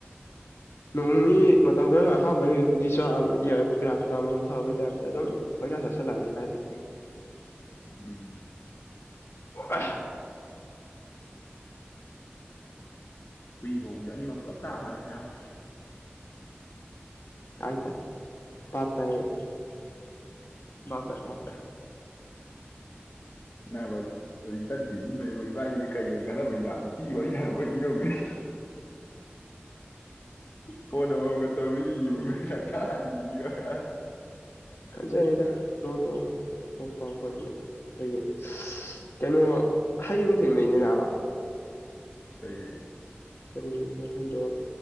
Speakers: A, on the left; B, on the left.
A: ꯅꯣꯡ ꯅꯤꯅꯤ ꯃꯇꯝ ꯈꯔ ꯑꯍꯥꯟꯕꯩꯕꯨꯗꯤ ꯆꯥꯕꯕꯨꯗꯤ ꯌꯥꯏꯕꯨ ꯄꯦꯔꯥꯁꯤꯇꯥꯃꯣꯟ ꯐꯥꯕꯩ ꯇꯥꯏꯞꯇ ꯑꯗꯨꯝ ꯄꯪꯆꯥ ꯆꯥꯁꯤꯜꯂꯛꯑꯗꯤ ꯀꯥꯢꯗꯩ
B: ꯎꯝ
A: ꯑ <unintelligible>
B: ꯍꯨꯏ ꯈꯣꯡꯕꯁꯦ ꯑꯅꯤꯃꯛ ꯄꯨꯂꯞ ꯇꯥ ꯃꯥꯜꯂꯦ ꯅꯕꯥ
A: ꯍꯥꯏ ꯇꯥꯏ <unintelligible> ꯞꯦ ꯞ <unintelligible>
B: ꯅꯕꯥ ꯍꯧꯖꯤꯛ ꯆꯠ <unintelligible> ꯏꯕꯥꯅꯤꯁꯦ ꯀꯔꯤ ꯑꯣꯏꯅ ꯈꯜꯂꯝꯒꯅꯤ ꯅꯨꯄꯤꯒ ꯋꯥꯔꯤ ꯁꯅꯕꯣꯏ ꯅꯤꯡꯉꯝꯒꯅꯤ ꯐꯣꯟ ꯑꯃꯝ ꯃꯝꯒ ꯇꯧꯔꯤꯁꯦ ꯌꯦꯡꯉꯨꯅꯦ ꯁꯥꯛꯇꯥꯁꯤꯡꯁꯤꯒꯦ ꯀꯥꯢꯅ
A: ꯈꯪꯖꯅꯤꯗ ꯇꯣꯛꯑꯣ ꯇꯣꯛꯑꯣ ꯑꯇꯣꯞꯄ ꯑꯩꯈꯣꯏꯒꯤ ꯑꯩꯈꯣꯏꯒꯤ ꯀꯩꯅꯣ ꯍꯩ ꯑꯃ ꯊꯦꯡꯅꯩꯅꯦ ꯅꯕꯥ
B: ꯀꯔꯤ ꯍꯩ
A: ꯀꯔꯤꯕ ꯍꯩꯗꯣ